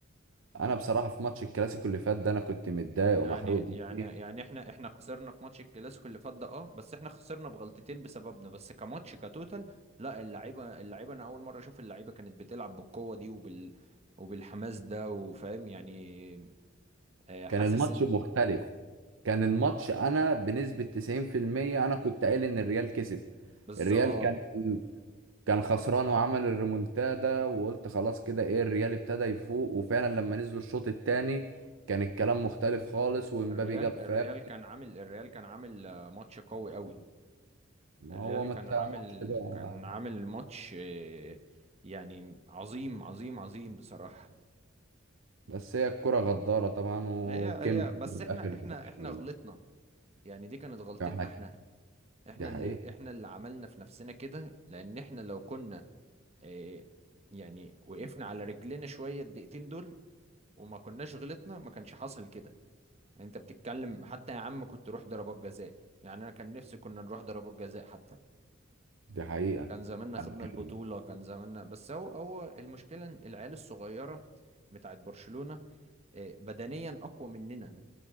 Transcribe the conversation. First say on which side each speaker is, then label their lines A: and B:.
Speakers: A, on the right (about 70°); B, on the right (about 30°).
A: انا بصراحة في ماتش الكلاسيكو اللي فات ده انا كنت متضايق
B: يعني
A: ومحروق
B: يعني
A: دمي
B: يعني احنا احنا خسرنا في ماتش الكلاسيكو اللي فات ده اه بس احنا خسرنا بغلطتين بسببنا بس كماتش كتوتال لا اللعيبه اللعيبه انا اول مره اشوف اللعيبه كانت بتلعب بالقوه دي وبال وبالحماس ده وفاهم يعني آه، حاسس
A: كان الماتش
B: ان
A: مختلف كان الماتش انا بنسبة 90% انا كنت قايل ان الريال كسب
B: بالظبط
A: الريال كان كان خسران وعمل الريمونتادا وقلت خلاص كده ايه الريال ابتدى يفوق وفعلا لما نزلوا الشوط الثاني كان الكلام مختلف خالص ومبابي
B: الريال
A: جاب
B: الريال
A: فاول
B: كان عامل الريال كان عامل آه، ماتش قوي قوي
A: ما
B: الريال
A: هو ما
B: كان
A: تعرفش
B: عامل
A: بقى
B: كان عامل ماتش آه، يعني عظيم عظيم عظيم بصراحة
A: بس هي الكرة غدارة طبعا وكملت
B: هي هي بس
A: للآخر
B: احنا
A: لبرشلونة
B: احنا احنا غلطنا يعني دي كانت غلطتنا
A: احنا
B: احنا احنا
A: دي حقيقة
B: اللي احنا اللي عملنا في نفسنا كده لان احنا لو كنا آه، يعني وقفنا على رجلنا شوية الدقيقتين دول وما كناش غلطنا ما كانش حصل كده يعني انت بتتكلم حتى يا عم كنت روح ضربات جزاء يعني انا كان نفسي كنا نروح ضربات جزاء حتى
A: دي حقيقة
B: كان زماننا خدنا
A: أنا بتكلم.
B: البطولة كان زماننا بس هو هو المشكلة إن العيال الصغيرة بتاعت برشلونة آه، بدنيا أقوى مننا